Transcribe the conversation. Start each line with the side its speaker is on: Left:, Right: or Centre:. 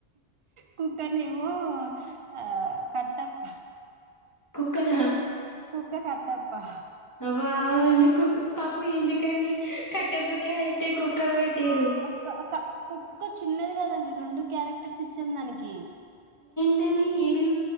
Right: కుక్క నేమో ఆ కట్టప్ప
Left: కుక్కనా
Right: కుక్క కట్టప్పా
Left: వావ్వండి పాపం ఎందుకండి కట్టప్ప క్యారెక్టర్ కుక్కలు పెట్ టిరు
Right: అక్క- అక్క- కుక్క చిన్నది కదండి రెండు క్యారెక్టర్స్ ఇచ్చాం దానికి
Left: దాన్ని ఏమేమి